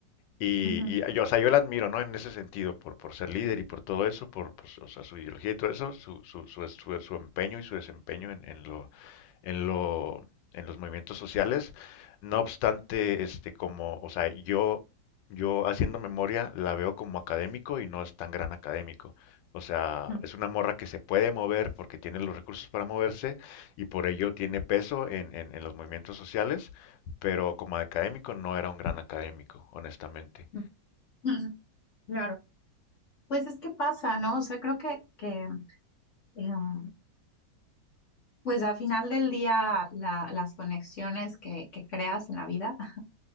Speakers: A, on the left; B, on the left.
A: y,
B: Ujú,
A: y yo, o sea, yo la admiro, ¿no? En ese sentido, por, por ser líder y por todo eso, por, pues, o sea, su ideología y todo eso, su, su, su, su- su empeño y su desempeño en, en lo, en lo, en los movimientos sociales. No obstante, este, como, o sea, yo, yo haciendo memoria la veo como académico y no es tan gran académico. O sea,
B: ujú,
A: es una morra que se puede mover porque tiene los recursos para moverse y por ello tiene peso en, en en los movimientos sociales, pero como académico no era un gran académico, honestamente.
B: ujú. <laughs> ujú. Claro. Pues es que pasa, ¿no? O sea, creo que, que em, pues al final del día la- las conexiones que, que creas en la vida <laughs>